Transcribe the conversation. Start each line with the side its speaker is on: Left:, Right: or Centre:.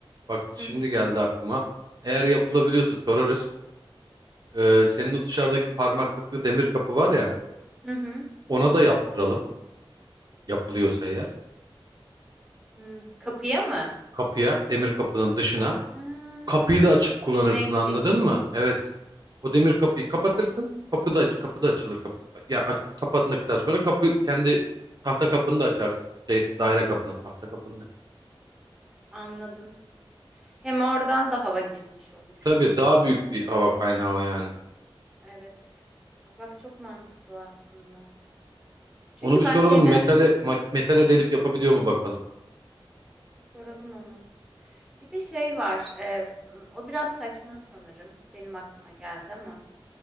Right: Bak şimdi
Centre: hı.
Right: geldi aklıma. Eğer yapılabiliyorsa sorarız. Ee, senin o dışarıdaki parmaklıklı demir kapı var ya,
Centre: Hı hı. hı.
Right: ona da yaptıralım. Yapılıyorsa eğer.
Centre: Hı. Kapıya mı?
Right: Kapıya, demir kapının dışına.
Centre: Ha,
Right: Kapıyı da açık
Centre: sineklik.
Right: kullanırsın anladın mı? Evet. O demir kapıyı kapatırsın. Kapı da, kapı da açılır. Kapı. Ya aç- kapandıktan sonra kapı kendi tahta kapını da açarsın. Şey, daire kapını, tahta kapını da.
Centre: Anladım. Hem oradan da hava girmiş olur.
Right: Tabii daha büyük bir hava kaynağı o yani.
Centre: Evet. Aa, Bak çok mantıklı o aslında. Çünkü
Right: Onu bir
Centre: ben
Right: soralım.
Centre: şeyden
Right: Metale, ma- metale delip yapabiliyor mu bakalım.
Centre: bir soralım onu. Bir de şey var. e, o biraz saçma sanırım. Benim aklıma geldi ama.